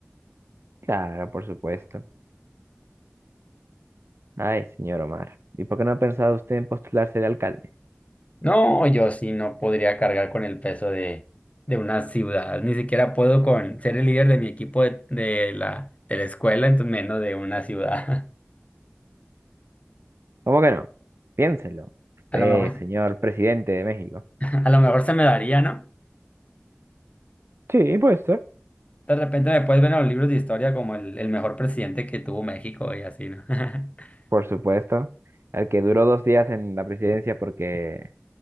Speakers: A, on the right (about 60°); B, on the left (about 30°).
A: Claro, por supuesto. Ay, señor Omar, ¿y por qué no ha pensado usted en postularse de alcalde?
B: No, yo sí no podría cargar con el peso de, de una ciudad, ni siquiera puedo con ser el líder de mi equipo de, de la, de la escuela, entonces menos de una ciudad.
A: ¿Cómo que no? Piénselo.
B: <laughs>
A: Usted,
B: A lo mejor,
A: señor presidente de México.
B: <laughs> a lo mejor se me daría, ¿no?
A: Sí, puede ser.
B: De repente me puedes ver en los libros de historia como el, el mejor presidente que tuvo México y así, ¿no? <laughs>
A: Por supuesto, al que duró dos días en la presidencia porque